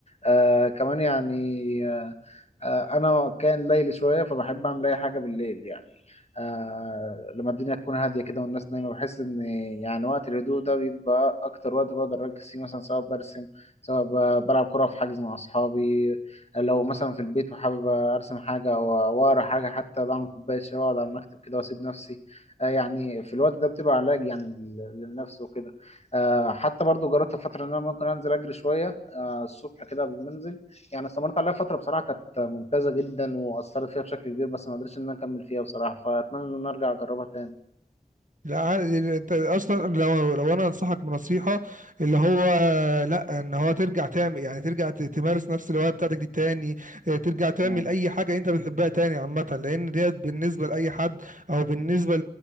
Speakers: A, on the left; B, on the right.
A: آه كمان يعني آه، آه، انا كان ليلي شويه فبحب اعمل اي حاجه بالليل يعني آه لما الدنيا تكون هاديه كده والناس نايمه بحس ان يعني وقت الهدوء ده بيبقى اكتر وقت بقدر اركز فيه مثلا سواء برسم سواء ب- بلعب كره في حجز مع اصحابي لو مثلا في البيت وحابب ارسم حاجه او واقرا حاجه حتى بعمل كوبايه شاي واقعد على المكتب كده واسيب نفسي آه يعني في الوقت ده بتبقى علاج يعني لل- للنفس وكده آه حتى برضو جربت في فتره ان انا ممكن انزل اجري شويه آه الصبح كده قبل ما انزل يعني استمرت عليها فترة بصراحة كانت ممتازة جدا وأثرت فيها بشكل كبير بس ما قدرتش إن أنا أكمل فيها بصراحة فأتمنى إن أنا أرجع أجربها تاني
B: لا عادي، انت اصلا لو لو انا انصحك بنصيحه اللي هو لا ان هو ترجع تعمل يعني ترجع ت- تمارس نفس الهوايه بتاعتك دي تاني اه، ترجع تعمل
A: مم.
B: اي حاجه انت بتحبها تاني عامه لان ديت بالنسبه لاي حد او بالنسبه